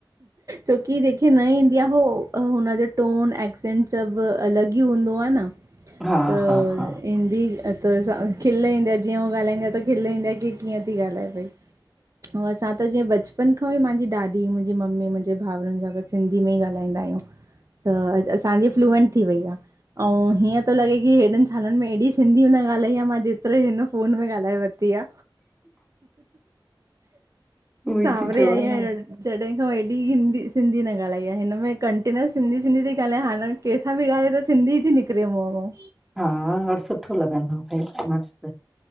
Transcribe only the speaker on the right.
छोकी जेखे न ईंदी आ हो हुनजो टोन, एक्सेंट सभु अलॻि ई हूंदो आ न
त
ईंदी अ त असां खिल ईंदी आ, जीअं हूअ ॻाल्हाईंदी आ त खिल ईंदी आ की कीअं ती ॻाल्हाए पई। अंउं असां त जीअं बचपन खां ई मांजी ॾाॾी, मुंहिंजी मम्मी, मुंहिंजे भाउरनि सां गॾु सिंधी में ई ॻाल्हाईंदा आहियूं। त अॼु असांजी फ्लूएंट थी वई आ। अंउं हीअं तो लॻे कि हेॾनि सालनि में एॾी सिंधी न ॻाल्हाई आ मां, जेतिरो हिन फ़ोन में ॻाल्हाए वरती -ती आ,
सावरे
आई आ
ॼण। -जॾहिं खां हेॾी हिंदी सिंधी न ॻाल्हाई आ, हिन में कंटिन्युअस सिधी- सिंधी ती ॻाल्हायां हाणे केस -सां बि ॻालहाए त सिंधी हु ती निकिरे मुहं मउ